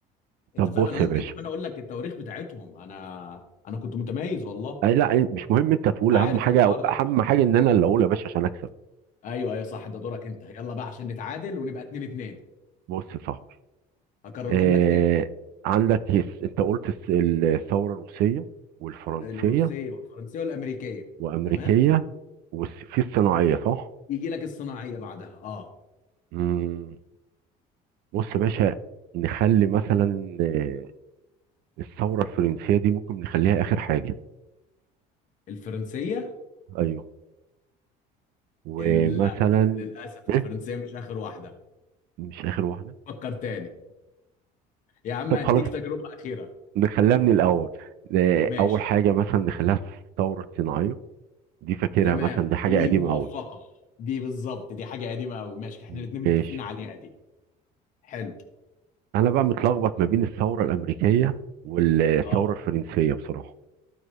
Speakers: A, on the left; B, on the right.
A: انت
B: طب
A: فاهم
B: بص
A: انا ممكن
B: يا باشا
A: كمان اقول لك التواريخ بتاعتهم انا انا كنت متميز والله
B: أي لا مش مهم انت تقول
A: انت عارف
B: اهم حاجة
A: الحوار ده
B: اهم حاجة ان انا اللي اقول يا باشا عشان اكسب
A: ايوه ايوه صح ده دورك انت يلا بقى عشان نتعادل ونبقى 2 2
B: بص صح
A: هكررهم
B: آه،
A: لك تاني
B: عندك يس انت قلت الس- الثورة الروسية والفرنسية
A: الروسيه والفرنسيه والامريكيه
B: وأمريكية
A: تمام
B: وفي الصناعية صح؟
A: يجي لك الصناعيه بعدها اه
B: مم. بص يا باشا نخلي مثلا آه، الثورة الفرنسية دي ممكن نخليها آخر حاجة
A: الفرنسيه
B: أيوه ومثلا
A: ال- لا للأسف
B: إيه؟
A: الفرنسية مش آخر واحدة
B: مش آخر واحدة
A: فكر تاني يا عم
B: طب
A: أديك
B: خلاص
A: تجربة أخيرة
B: نخليها من الأول آه،
A: ماشي
B: أول حاجة مثلا نخليها الثورة الصناعية دي فاكرها
A: تمام
B: مثلا دي حاجة
A: دي
B: قديمة
A: موفقة
B: أوي
A: دي بالظبط دي حاجة قديمة أوي ماشي احنا
B: ماشي
A: الاتنين متفقين عليها دي حلو
B: انا بقى متلخبط ما بين الثوره الامريكيه والثوره
A: اه
B: الفرنسيه بصراحه